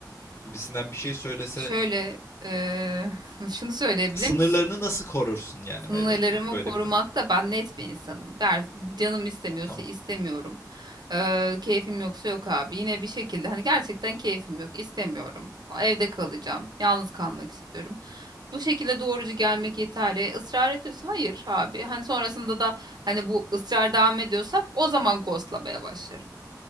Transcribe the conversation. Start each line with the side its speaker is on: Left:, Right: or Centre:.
Left: gibisinden bir şey söylese
Right: Şöyle eee, <laughs> şunu söyleyebilir
Left: sınırlarını
Right: misin?
Left: nasıl korursun yani
Right: Sınırlarımı
Left: böyle bir durum- böyle
Right: korumakta
Left: bir durumda?
Right: ben net bir insanım. Der, canım istemiyorsa
Left: Tamam
Right: istemiyorum. Eee, keyfim yoksa yok abi. Yine bir şekilde hani gerçekten keyfim yok, istemiyorum. Evde kalacağım. Yalnız kalmak istiyorum. Bu şekilde doğrucu gelmek yeterli. Israr ediyorsa hayır abi. Hani sonrasında da hani bu ısrar devam ediyorsa o zaman ghostlamaya başlarım.